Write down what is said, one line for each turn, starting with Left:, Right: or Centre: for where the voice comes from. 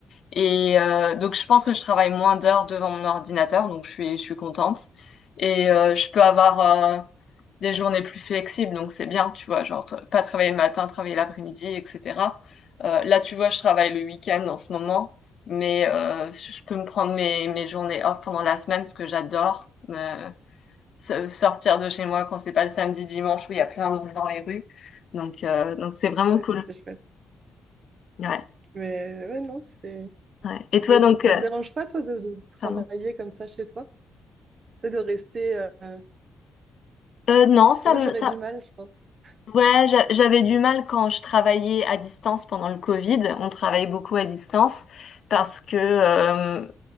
Left: Et euh, donc, je pense que je travaille moins d'heures devant mon ordinateur, donc je suis, je suis contente. Et euh, je peux avoir euh, des journées plus flexibles, donc c'est bien, tu vois, genre t- pas travailler le matin, travailler l'après-midi, etc. Euh, là, tu vois, je travaille le week-end en ce moment, mais euh, je peux me prendre mes, mes journées off pendant la semaine, ce que j'adore. Euh, so- sortir de chez moi quand c'est pas le samedi, dimanche, où il y a plein de monde dans les rues. Donc, euh, donc c'est vraiment
Right: Ouais,
Left: cool.
Right: ça, c'est chouette.
Left: Ouais,
Right: Mais ouais, non, c'est.
Left: ouais. Et toi,
Right: Mais ça
Left: donc,
Right: ça
Left: euh,
Right: te dérange pas, toi, de, de travailler
Left: pardon.
Right: comme ça chez toi? C'est de rester. euh, enfin,
Left: Euh, non, ça
Right: moi,
Left: me,
Right: j'aurais
Left: ça,
Right: du mal, je pense.
Left: Ouais, j'a- j'avais du mal quand je travaillais à distance pendant le Covid. On travaille beaucoup à distance parce que euh,